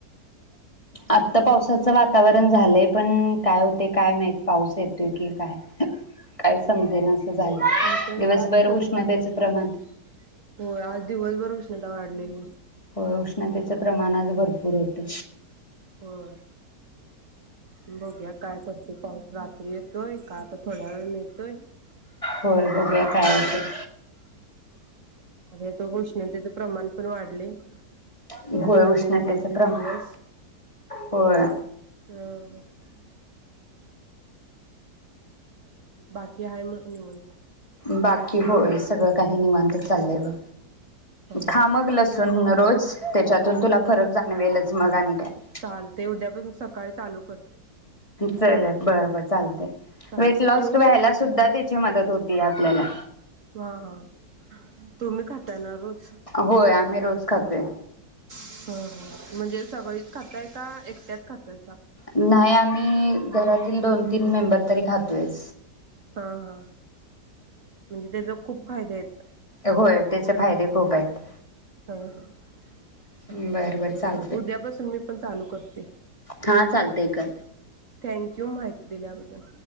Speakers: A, on the left; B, on the right.
A: आता पावसाचं वातावरण झालंय. पण काय होते काय माहित पाऊस येतोय की काय? काय
B: हा
A: समजेन
B: हा
A: असं झालं
B: आमच्याकडं
A: दिवसभर
B: दाट
A: उष्णतेचं
B: वातावरण
A: प्रमाण
B: झालं. हो आज दिवसभर उष्णता वाढलेली.
A: हो उष्णतेचं प्रमाण आज भरपूर होतं.
B: होय बघुया काय करतोय पाऊस रात्री येतोय का? आता थोड्या वेळान येतोय.
A: होय
B: काय
A: बघूया
B: ते कायळ
A: होतं.
B: बहुतेक उष्णतेच प्रमाण पण वाढलय.
A: होय
B: त्यात आता
A: उष्णतेचं
B: मे महिन्याचे
A: प्रमाण
B: दिवस.
A: होय
B: अ <inaudible> बाकी हाय म निवांत?
A: बाकी होय सगळं काही निवांत चाललंय बघ.
B: हा हा
A: खा मग लसूण रोज त्याच्यातून तुला
B: हा
A: फरक जाणवेलच मग आणि काय
B: चालते. उद्यापासून सकाळी चालू कर
A: चल बर-बर चालतय
B: चालते
A: वेट लॉस
B: ठेवू
A: व्हायला
B: मग
A: सुद्धा त्याची मदत पहात होते आपल्याला
B: हा हा तुम्ही खाताना रोज
A: होय आम्ही रोज खातोय.
B: ह ह म्हणजे सगळीच खाताय का एकट्यात खातोय.
A: नाही आम्ही घरातील दोन तीन मेंबर तरी खातोयच
B: हा हा म्हणजे त्याज खूप फायदे आहेत.
A: होय त्याचे फायदे खूप आहेत.
B: हा हा चालतय
A: बरं बर
B: बर-बर
A: चालतय
B: उद्यापासून मी पण चालू करते.
A: हा चालतय कर
B: थँक यू माहिती दिल्याबद्दल